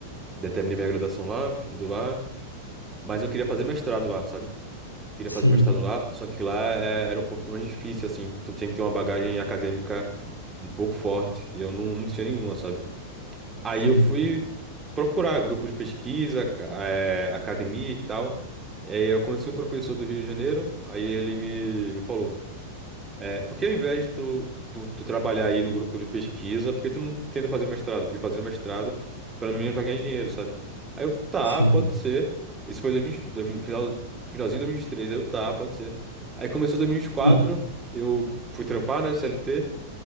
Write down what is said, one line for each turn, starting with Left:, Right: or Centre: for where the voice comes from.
Right: Daí terminei minha graduação lá, fiz tudo lá. Mas eu queria fazer mestrado lá, sabe? Eu Queria
Left: Sim,
Right: fazer mestrado lá, só que lá é- era um pouquinho mais difícil, assim. Tu tinha que ter uma bagagem acadêmica um pouco forte, e eu não, não tinha nenhuma, sabe? Aí
Left: sim,
Right: eu fui procurar grupo de pesquisa, ca- eh, academia e tal. Aí eu conheci um professor do Rio de Janeiro, aí ele me, me falou. É, porque ao invés de tu, do- tu trabalhar aí no grupo de pesquisa, porque tu não tenta fazer o mestrado? Porque fazendo mestrado, para mim, não vai ganhar dinheiro, sabe? Aí eu, tá,
Left: sim,
Right: pode ser. Isso foi 2000, 2000, final, finalzinho de 2023, aí eu, tá, pode ser. Aí começou 2024,
Left: Hum,
Right: eu fui trampar, né, CLT,